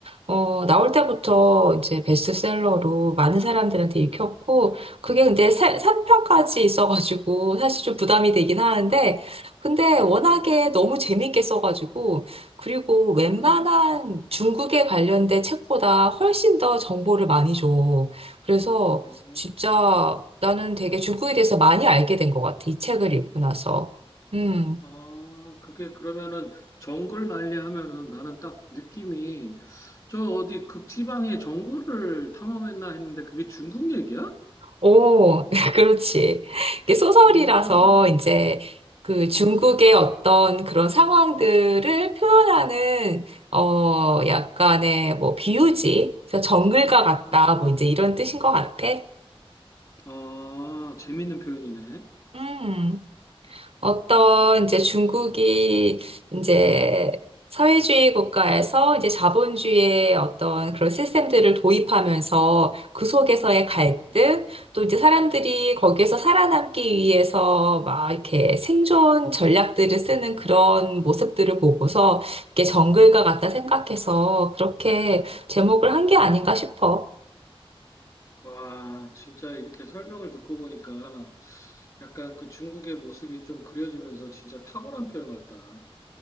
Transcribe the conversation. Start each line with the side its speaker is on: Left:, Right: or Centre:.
Right: 어, 나올 때부터 이제 베스트셀러로 많은 사람들한테 읽혔고, 그게 근데 3편까지 있어가지고, 사실 좀 부담이 되긴
Left: 음,
Right: 하는데, 근데 워낙에
Left: 음,
Right: 너무 재밌게 써가지고, 그리고 웬만한
Left: 음.
Right: 중국에 관련된 책보다 훨씬 더 정보를 많이 줘. 그래서
Left: 어,
Right: 진짜 나는 되게 중국에 대해서 많이 알게 된 것 같아. 이 책을 읽고 나서. 음.
Left: 아, 그게 그러면은 정글말리 하면은 나는 딱 느낌이 저 어디 극지방의 정글을 탐험했나 했는데 그게 중국 얘기야?
Right: 오, <laughs> 그렇지. 이게 소설이라서
Left: 어,
Right: 이제 그 중국의
Left: 음.
Right: 어떤 그런 상황들을 표현하는 어 약간의 뭐 비유지, 그래서 정글과 같다,
Left: 음,
Right: 뭐 이제 이런 뜻인 것 같아.
Left: 아, 재밌는 표현이네.
Right: 음. 어떤 이제 중국이 이제 사회주의 국가에서 이제 자본주의의 어떤 그런 시스템들을 도입하면서 그 속에서의 갈등,
Left: 음.
Right: 또 이제 사람들이 거기에서 살아남기 위해서 막 이렇게 생존 전략들을 쓰는 그런 모습들을 보고서 이게 정글과 같다 생각해서 그렇게 제목을 한 게 아닌가 싶어.
Left: 와, 진짜 이렇게 설명을 듣고 보니까 약간 그 중국의 모습이 좀 그려지면서 진짜 탁월한 표현 같다.